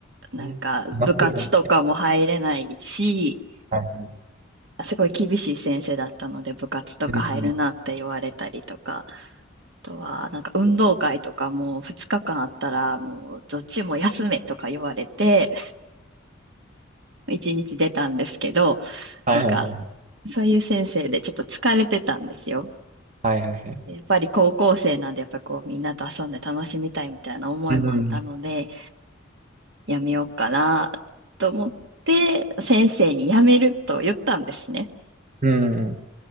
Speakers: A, on the right; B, on the right.
A: すね。
B: なんか部活とかも入れないし、
A: 夏ですね。はい
B: すごい厳しい先生だったので部活とか入るなって言われたりとか、
A: うん。
B: あとはなんか運動会とかも2日間あったらもうどっちも休めとか言われて、1日出たんですけど、
A: はいはいはいはい。
B: なんかそういう先生でちょっと疲れてたんですよ。
A: はいはいはい。
B: やっぱり高校生なんで、やっぱこうみんなと遊んで楽しみたいみたいな思いもあったので、
A: うん。
B: やめようかなと思って、先生にやめると言ったんですね。
A: うん。